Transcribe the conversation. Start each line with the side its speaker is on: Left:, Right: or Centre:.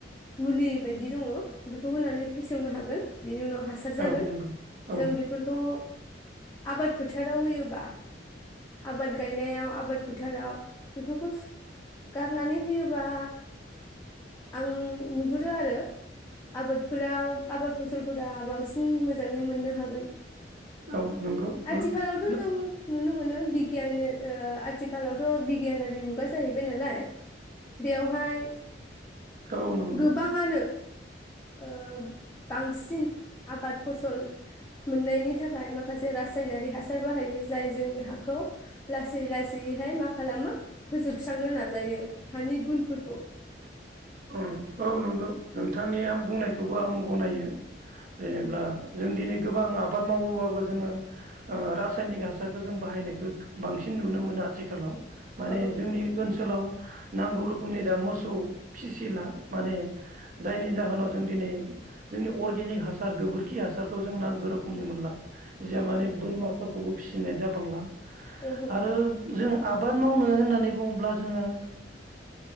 Left: मुलि बायदि दंङ बेखौ होनानै फेसेव सोंनो हागोन बिनि उनाव हासार जागोन
Right: औ नंगौ
Left: जों
Right: औ
Left: बेफोरखौ आबाद फोथाराव होयोबा आबाद गायनायाव आबाद फोथाराव बेफोरखौ सो गारनानै होयोबोला आं नुहुरो आरो आबादफोराव आबाद फसलफोरा बांसिन मोजांङै मोननो होगोन।
Right: औ नंगौ
Left: आथिखालावथ'
Right: नो नो
Left: जों नुनो मोनो बिग बिगियानो ओ आथिखालावथ' बिगियानारि मुगा जाहैबाय नालाय बेयावहाय
Right: औ नंगौ
Left: गोबांङानो ओ ब बांसिन आबाद फसल मोननायनि थाखाय माखासे रासायनारि हासार बाहायो जाय जोंनि हाखौ लासै लासैयैहाय मा खालामो फोजोबस्रांनो नाजायो हानि गुनफोरखौ।
Right: ओं औ नंगौ नोंथांनि आं बुंनायखौबो आं गनायो जेनेबोला
Left: औ
Right: जों दिनै गोबां आबाद मावोबाबो जोंङो ओ रासायनिक हासारखो जों बाहायनायखो बांसिन नुनो मोनो आथिकालाव। माने
Left: औ
Right: जोंनि ओनसोलाव नांगौ रोखोमनि दा मोसौ फिसिला माने जायनि जाहोनाव जों दिनै जोंनि अरगेनिख हासार गोबोरखि हासारखौ जों नां गोरोब हमनो मोनला जिया माने बोरमाफोर खौबो फिसिनाय जाबांला
Left: ओहो
Right: आरो जों आबाद मावनो होननानै बुङोब्ला जोङो